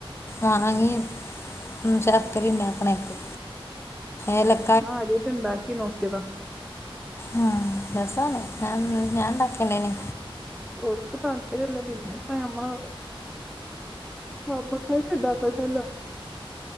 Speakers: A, on the left; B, in the centre.
A: ആ
B: ഉം
A: മാങ്ങാ ശർക്കര ഇണ്ടാക്കണായിക്ക് എല-
B: ആ അരിയിലിണ്ടാക്കി നോക്കിയത.
A: ആ രസാണ് ഞാൻ ഞാൻ ഉണ്ടാക്കണ്ടേന്.
B: ഓർക്ക് താല്പര്യംല്ല പിന്നെ ഇപ്പ ഞമ്മള് ആ മ്മക്കായിട്ട് ഇണ്ടാക്കണ്ടല്ലോ